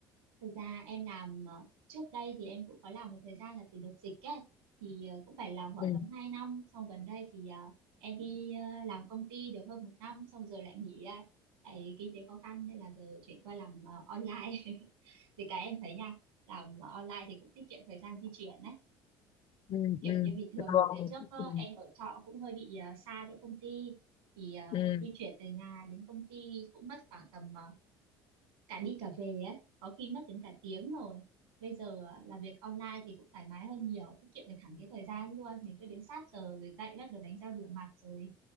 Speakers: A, on the right; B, on the left.
A: thực ra em làm ờ, trước đây thì em cũng có làm một thời gian là từ đợt dịch ấy thì ờ, cũng phải làm khoảng
B: Ừ,
A: tầm 2 năm xong gần đây thì ờ, em đi ờ, làm công ty được hơn một năm xong giờ lại nghỉ ra tại kinh tế khó khăn nên là giờ chuyển qua làm ờ, online <laughs> vì cái em thấy nha làm online thì cũng tiết kiệm thời gian di chuyển đấy
B: ừ,
A: kiểu
B: ừ.
A: như bình thường
B: Được.
A: ngày trước ờ,
B: Ừ.
A: em ở trọ cũng hơi bị ờ, xa chỗ công ty thì ờ,
B: Ừ.
A: di chuyển từ nhà đến công ty cũng mất khoảng tầm ờ, cả đi cả về ấy có khi mất đến cả tiếng rồi bây giờ ờ, làm việc online thì cũng thoải mái hơn nhiều tiết kiệm được hẳn cái thời gian luôn mình cứ đến sát giờ rồi dậy bắt đầu đánh răng rửa mặt rồi